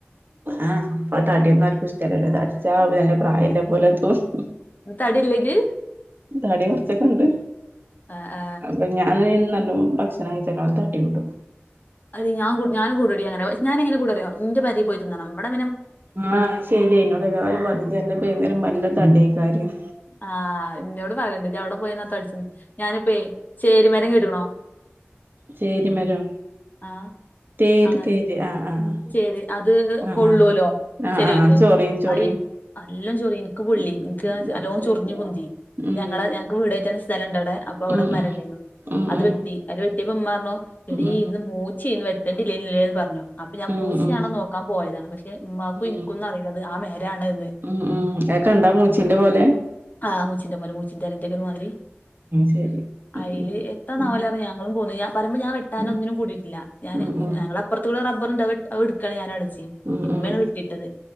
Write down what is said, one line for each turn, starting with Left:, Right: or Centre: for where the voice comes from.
Right: ആഹ് അപ്പൊ തടിയന്ന ഒരു പുസ്തല്ലല്ലോ തടിച്ച തെ പ്രായല്ലെ പോലെതക്ക് സി സ്
Left: തടില്ലേ ഇജ്ജ്
Right: തടി കുറച്ചൊക്കെ ഉണ്ട്
Left: ആ ആ
Right: അപ്പൊ ഞൻ ഭക്ഷ കത്ത് അട്ടി വിട്ടു
Left: അ ഞഞാനും കൂടടി അനെ ഞാന എങ്ങന കൂടെ അറോ നിന്റെ പരി പോയി തിന്ന നമ്മടെെ
Right: ആഹ ശരിായിതിനോട് എല്ലാവരും മതി എ പുന്ന ഒരു നല്ല തടിയ കാര്യം
Left: ആഹ് എന്നന്നോട് പറയണ്ട് ഇ അവിടെ പോയിെന്ന തളിച്ച ഞാനിപ്പ ചേരിമരം ക കേടുക്കണോ
Right: ശരി മരോ
Left: ആ
Right: തര്
Left: ആ
Right: തേരി ആഹ ആഹ്
Left: ശരി അത്ള്ളൂല്ലോ
Right: ആഹ് ആഹ്
Left: ചെിലർക്ക്
Right: ആഹ് ആഹ് ചൊറിയും ചൊറിയും
Left: അത് എല്ലാം ചൊറി എനിക്ക് പൊള്ളി
Right: ഉം
Left: എനക്ക്
Right: ഉം അത്
Left: അല്ലോ
Right: ശരി
Left: ചൊറിഞ്ഞഞ് പൊന്തി
Right: ഉം
Left: ഞങ്ങള് ഞങ്ങക്ക് വീട കഴ തുന്ന സ്ഥലംുണ്ട് അവിടെ അപ്പൊ അവിടെ
Right: ഉം
Left: മരണ്ടു
Right: ഉം ഉം
Left: അത്
Right: ഉം
Left: വെട്ടി അത് വെട്ടിയപ്പ എമാ പറഞ്ഞോ ഇട
Right: ഉം
Left: ഇന്ന് മൂച്ചി ഇന്ന് വെട്ടേണ്ടല്ലേല്ലേന്ന് പറഞ്ഞു അപ്പൊ ഞാൻ മൂച്ചിയാണോ
Right: ഉം ഉം
Left: നോക്കാൻ പോയതാണ് പക്ഷെ ഉമ്മാക്കും എനിക്കൊന്നും
Right: ഉം
Left: അറിയല്ലത് ആ മേരാണ് എന്ന്
Right: ഉം ഉം അതൊ ക കണ്ടാ മൂച്ചിന്റെ പോലെ
Left: ആഹ്ൂച്ചിന്തമാ മച്ചിന്ത എന്തൊക്കെും മാതിരി ഉം
Right: ശരി ഉം
Left: അയില്
Right: ഉം
Left: എത്താന്നാവലറ
Right: ഉം
Left: ഞങ്ങളും പോന്ന ഞ പറമ്പോ ഞാൻ വെട്ടാന
Right: ഉം
Left: ഒന്നിനും കൂടിട്ട ഞ
Right: ഉം
Left: ഞങ്ങളപ്പുറത്ത കൂ റബ്ബുണ്ടാവ എടുക്കയാണ് ഞാനട
Right: ഉം ഉം
Left: ഇമ്മന
Right: ഉം
Left: വിട്ടിട്ടത്